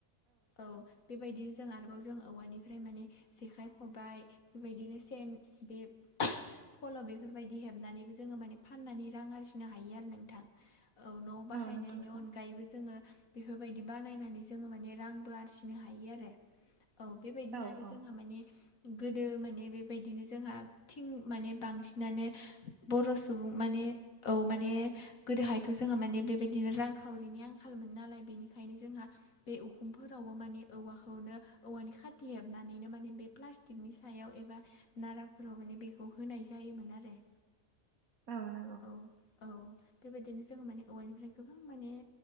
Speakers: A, on the left; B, on the right.
A: औ बेबायदिनो जों आरो जों औवानिफ्राय माने जेखाइ खबाय बेबायदिनो सेन बे फल' बेफोरबायदि हेबनानैबो जोङो माने फाननानै रां आरजिनो हायो आरो नोंथां औ न' बाहायनायनि
B: नंगौ नोंथां
A: अनगायैबो जोङो बेफोरबायदि बानायनानै जोङो माने रांबो आरजिनो हायो आरो औ बेबायदिनो
B: औ
A: आरो
B: औ
A: जोंहा माने गोदो माने बेबायदिनो जोंहा थिं माने बांसिनानो बर' सुबुं माने औ माने गोदोहायथ' जोंहा माने बेबायदिनो रांखावरिनि आंखालमोनो नालाय बेनिखायनो जोंहा बे उखुमफोरावबो माने औवाखौनो औवानि खाथि हेबनानैनो माने बे प्लास्टिकनि सायाव एबा नाराफोराव माने बेखौ होनाय जायोमोन आरो
B: औ नंगौ
A: औ औ बेबायदिनो जोंङो माने औवानिफ्राय गोबां माने